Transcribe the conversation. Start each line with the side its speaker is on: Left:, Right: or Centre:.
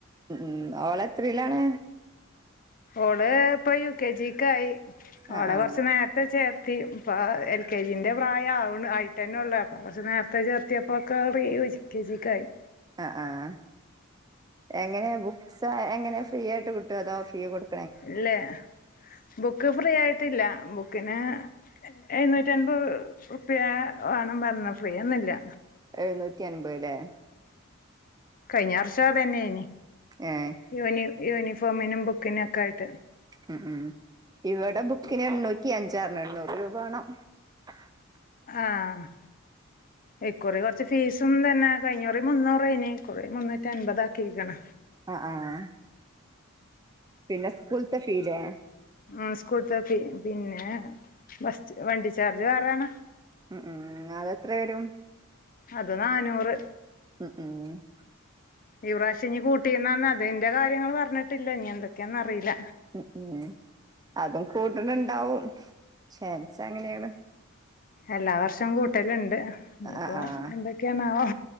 Right: ഉം ഉം ഓള് എത്രലാണ്?
Left: ഓള് ഇപ്പൊ യു കെ ജിക്ക് ആയി
Right: ആ
Left: ഓളെ
Right: ആ
Left: കുറച്ച് നേ ത്തെ ചേർത്തി ഇപ്പ എൽ കെ ജീൻ്റെ പ്രായം ആവ്ണ് ആയിട്ട്ന്നെള്ളു അപ്പ കുറച്ച് നേർത്തെ ചേർത്തി ക്കാടി എൽ കെ ജിക്കായി
Right: ആഹ് ആഹ് എങ്ങനെ ബുക്സ് എങ്ങനെ ഫ്രീ ആയിട്ട് കിട്ടോ അതോ ഫ്രീ ആയിട്ട് കിട്ടോ
Left: ഇല്ലേ ബുക്ക് ഫ്രീ ആയിട്ടില്ല ബുക്കിന് എഴുന്നൂറ്റി അൻപത് ഉർപ്യ വേണം പറഞ്ഞു ഫ്രീയൊന്നില്ല
Right: എഴുന്നൂറ്റി അൻപത് ലേ
Left: കഴിഞ്ഞ വർഷം അതന്നെനി
Right: ഏഹ്
Left: യൂണി യൂണിഫോമിനും ബുക്കിനും ഒക്കെ ആയിട്ട്
Right: ഉം ഉം ഇവിടെ ബുക്കിന് എണ്ണൂറ്റി അഞ്ചാറിന് എണ്ണൂറ് രൂപ വേണം <unintelligible>
Left: ആഹ ഇക്കുറി കൊറച്ച് ഫീസും തന്നെ അഞ്ഞൂറി മൂന്നൂറ് ഏനി കുറേ മുന്നൂറ്റി അൻമ്പതാക്കിക്ക്ണ്
Right: ആഹ് ആഹ് പിന്നെ സ്കൂളത്തെ ഫീലെ
Left: ആഹ് സ്കൂട്ൾത്തെ പിന്നെ ബസ് വണ്ടി ചാർജ് വേറാണ്
Right: ഉം ഉം അതെത്ര വരും
Left: അത് നാന്നൂറ്
Right: ഉം
Left: ഈ പ്രവശ്യംനി കൂട്ടിണാന്ന് അതിന്റെ കാര്യങ്ങള് പറഞ്ഞിട്ടില്ല ഇനി എന്തൊക്കെന്ന് അറിയില്ല
Right: ഉം ഉം അതും കൂട്ണുണ്ടാവും ചാൻസ് അങ്ങനെയാണ്
Left: എല്ലാവർഷവും കൂട്ടലുണ്ട് ഇനിയിപ്പോ
Right: ആഹ് ആഹ്
Left: എന്തൊക്കെയാണാവോ